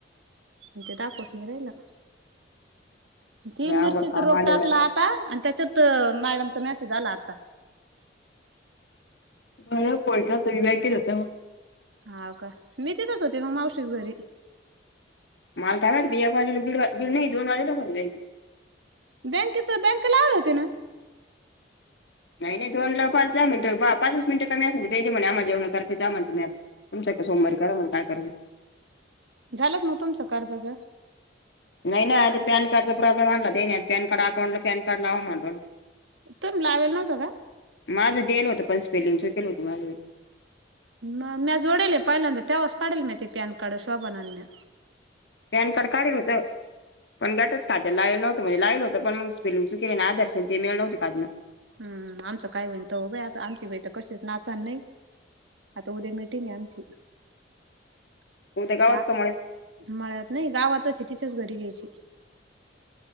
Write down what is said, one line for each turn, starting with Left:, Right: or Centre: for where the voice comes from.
Right: इंत दापशीजरा हलो ती
Left: लय अवघड
Right: मिरचीचा
Left: काम
Right: रोप
Left: आलेलं
Right: टाकला
Left: आहे
Right: आता आणि त्याच्यात तर मॅडमचा मेसेज आला आता
Left: मला पोलचा होत वि बॅगेत होत मग
Right: हाव का मी तिथेच होते मग मावशीच घरी
Left: मला काय माहित मी एक एक नाही दीड नाही दोन वाजता
Right: बँकेत बँक लावले होते ना.
Left: नाही नाही दोन लाव पाच दहा मिनटं पाच मिनिटं कमी अस ना त्याच्यामुळे आम्हा जेवणं करते आ म्हणत तुमच का सोमवारी करा मग काय करायच
Right: झालं मग तुमचं कर्जाच
Left: नाही ना आ पॅन कार्डचा प्रॉब्लेम आणला त्याने नाही पॅन कार्ड अकाउंट ला पॅन कार्ड लाव म्हण
Right: तो लावेल नव्हतो का
Left: माझं दलं होतं पण स्पेलिंग दिलं होत माझं
Right: म म्या जोडेल पहिल्यांदा तेव्हाच काढेल मी ते पॅन कार्ड शोभा ना निम्या
Left: पॅनकड काढल होत पण गटच खात्याला लावला नव्हत म्हण लाहिल होत पण मग स्पेलंग चु के आधारच ते मिळ नवते काून
Right: हम् आमचं काय बहीण त बा आता आमची बाई तर कशीच नाचाल नई आता उद्या मीटिंग हाय आमची त्या
Left: उद्या गावात कमळ
Right: मळ्यात नाही गावातच तिच्याच घरी घ्यायची ती